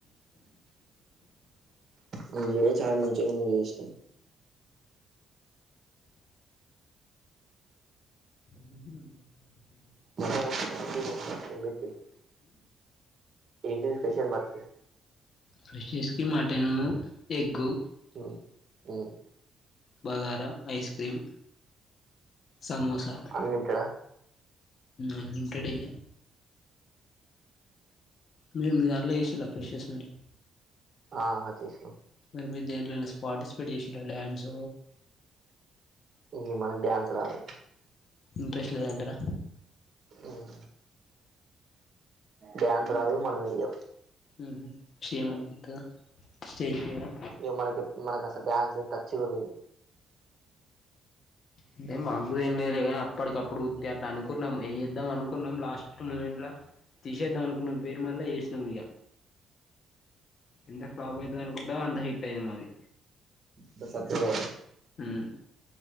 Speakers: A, on the right (about 45°); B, on the left (about 55°).
A: మేమ్ కూడా చాలా మంచిగా చేసినం
B: హు
A: <unintelligible> ఏంటిది స్పెషల్ మరి
B: ఫ్రెషస్ కి మటన్ ఎగ్గు
A: ఉ ఉమ్
B: bagara ice cream samosa
A: unlimited
B: unlimited ఇక మీరు మీ దాంట్లో చేసిర్రా ఫ్రెషస్ కి
A: ఆ చేసి
B: అంటే మీరు దేనిట్లో అయినా పార్టిసిపేట్ చేసిర్రా డ్యాన్స్
A: ఇ మనకి డాన్స్ రాదు
B: ఇంట్రెస్ట్ లేద అంటారా
A: ఉమ్. డాన్స్ రాదు మనం వెయ్యము
B: ఉమ్ షేమ్ అనిపింతాదా స్టేజ్ ఫియరా
A: ఇ మనకిప్పు మనకు అసలు డ్యాన్స్ టచ్చ కూడా లేదు
B: అంటే మా ఇప్పుడు ఏంలేదు కానీ అప్పటికప్పుడు ఊరికే అట్లా అనుకున్నాం ఏద్దాం అనుకున్నాం లాస్ట్ మూమెంట్లా. తీసేద్దాం అనుకున్నం పేరు మల్ల వేసినం ఇంకా. ఎంతా ఫ్లాప్ అయితది అనుకుంటే అంతా హిట్ అయింది మరి.
A: స సత్య.
B: ఉమ్.